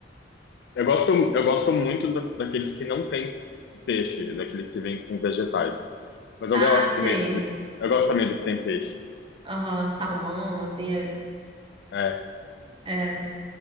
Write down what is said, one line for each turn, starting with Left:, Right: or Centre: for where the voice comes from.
Left: Eu gosto, eu gosto muito da- daqueles que não tem peixe, daquele que vem com vegetais. Mas eu
Right: Ah,
Left: gosto também
Right: sei.
Left: do, eu gosto também do que tem peixe.
Right: Aham, salmão, assim, é,
Left: É,
Right: é,